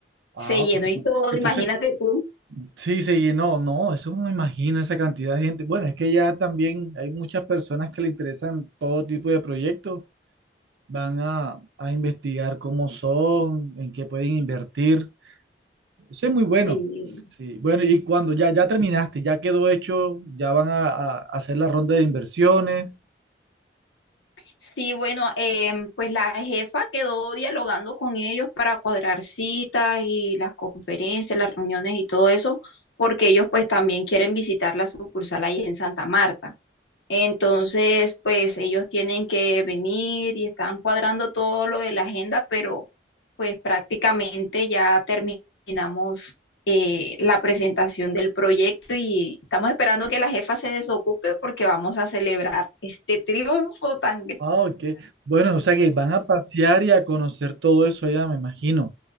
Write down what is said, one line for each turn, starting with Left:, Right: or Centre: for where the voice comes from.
Right: ah,
Left: Se llenó
Right: bueno.
Left: y todo,
Right: Entonces,
Left: imagínate tú.
Right: sí se llenó, no, eso me imagino esa cantidad de gente. Bueno, es que ya también hay muchas personas que le interesan todo tipo de proyectos, van a, a investigar cómo son, en qué pueden invertir. Eso es muy bueno.
Left: Sí.
Right: Sí, bueno, y cuando ya, ya terminaste, ya quedó hecho, ya van a, a hacer la ronda de inversiones,
Left: Sí, bueno, em, pues la jefa quedó dialogando con ellos para cuadrar citas y las conferencias, las reuniones y todo eso, porque ellos pues también quieren visitar la sucursal ahí en Santa Marta. Entonces, pues ellos tienen que venir y están cuadrando todo lo de la agenda, pero pues prácticamente ya terminamos eh, la presentación del proyecto y estamos esperando que la jefa se desocupe porque vamos a celebrar este triunfo tan grande.
Right: Ah, ok. Bueno, o sea que van a pasear y a conocer todo eso allá, me imagino.